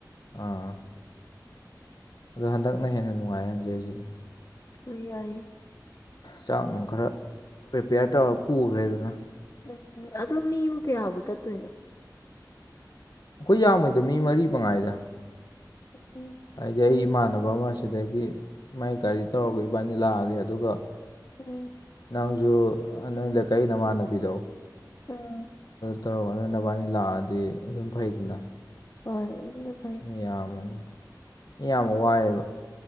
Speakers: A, on the left; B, on the left.
A: ꯑꯥ ꯑꯗꯣ ꯍꯟꯗꯛꯅ ꯍꯦꯟꯅ ꯅꯨꯡꯉꯥꯏ ꯍꯧꯖꯤꯛ ꯍꯧꯖꯤꯛ
B: ꯍꯣꯏ ꯌꯥꯢꯌꯦ
A: ꯆꯥꯛ ꯅꯨꯡ ꯈꯔ ꯄ꯭ꯔꯤꯄꯦꯌꯔ ꯇꯧꯔꯒ ꯄꯨꯈ꯭ꯔꯦꯗꯅ
B: ꯎꯝ ꯑꯗꯣ ꯃꯤꯕꯨ ꯀꯌꯥꯕꯨ ꯆꯠꯇꯣꯏꯅꯣ
A: ꯑꯩꯈꯣꯏ ꯌꯥꯝꯃꯣꯢꯗ ꯃꯤ ꯃꯔꯤ ꯃ ꯉꯥꯏꯗ
B: ꯎꯝ
A: ꯍꯥꯏꯗꯤ ꯑꯩ ꯏꯃꯥꯟꯅꯕ ꯑꯃ ꯑꯁꯤꯗꯒꯤ ꯃꯥꯏ ꯒꯥꯔꯤ ꯇꯧꯔꯒ ꯏꯕꯥꯅꯤ ꯂꯥꯛꯑꯒꯦ ꯑꯗꯨꯒ
B: ꯎꯝ
A: ꯅꯪꯁꯨ ꯅꯣꯏꯗ ꯂꯩꯀꯥꯢ ꯅꯃꯥꯟꯅꯕꯤꯗꯣ
B: ꯎꯝ
A: ꯇꯧꯔꯅ ꯅꯕꯥꯅꯤ ꯂꯥꯛꯑꯗꯤ ꯑꯗꯨꯝ ꯐꯩꯗꯅ
B: ꯍꯣꯏ ꯑꯗꯨꯅ ꯐꯩ
A: ꯃꯤ ꯌꯥꯝꯃꯅꯤ ꯃꯤ ꯌꯥꯝꯕ ꯋꯥꯏꯌꯦꯕ